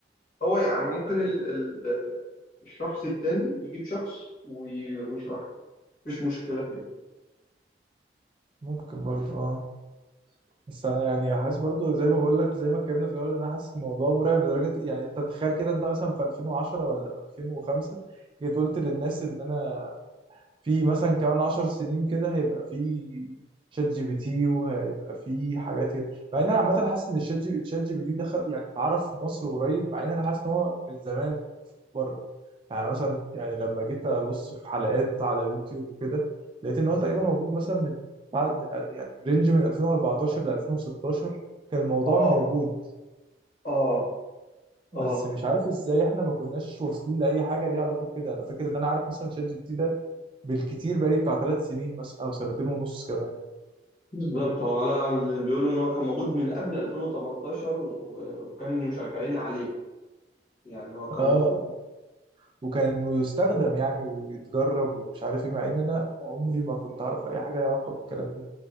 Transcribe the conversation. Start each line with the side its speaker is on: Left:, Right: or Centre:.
Left: هو يعني ممكن ال ال الشخص التاني يجيب شخص وي- ويشرح له مفيش مشكله فيها
Right: ممكن برضه اه بس انا يعني حاسس برضه زي ما بقول لك زي ما اتكلمنا في الاول ان انا حاسس الموضوع مرعب لدرجه يعني انت تخيل كده انت مثلا في 2010 ولا في 2005 جيت قلت للناس ان انا في مثلا كمان عشر سنين كده هيبقى في شات جي بي تي وهيبقى في حاجات كده مع ان انا عامه حاسس ان الشات جي شات جي بي تي دخل يعني اتعرف في مصر قريب مع ان انا حاسس ان هو من زمان بره يعني مثلا يعني لما جيت ابص في حلقات على اليوتيوب وكده لقيت ان هو تقريبا موجود مثلا من بعد من يعني رينج من 2014 ل 2016 كان الموضوع
Left: اه
Right: موجود
Left: اه
Right: بس
Left: اه
Right: مش عارف ازاي احنا ما كناش واصلين لاي حاجه ليها علاقه بكده انا فاكر ان انا عارف مثلا شات جي بي تي ده بالكتير بقالي بتاع ثلاث سنين مثلا او سنتين ونص كمان
Left: بالظبط هو انا بيقولوا ان هو كان موجود من قبل 2018 و- وكانوا شغالين عليه يعني هو كان
Right: اه
Left: موجود
Right: وكان يستخدم يعني ويتجرب ومش عارف ايه مع ان انا عمري ما كنت اعرف اي حاجه ليها علاقه بالكلام ده